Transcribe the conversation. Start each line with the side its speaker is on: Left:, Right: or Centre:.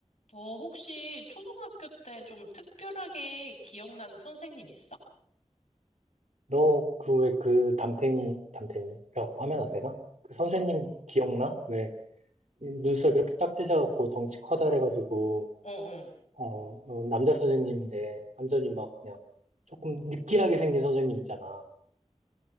Left: 너 혹시 초등학교 때 좀 특별하게 기억나는 선생님 있어?
Right: 너 그 왜 그 담탱이 담탱이라고 하면 안 되나? 그 선생님 기억나? 왜 눈썹 이렇게 딱 찢어갖고 덩치 커다래가지고
Left: 어, 어.
Right: 어, 어, 남자 선생님인데 완전히 막 그냥 조금 느끼하게 생긴 선생님 있잖아.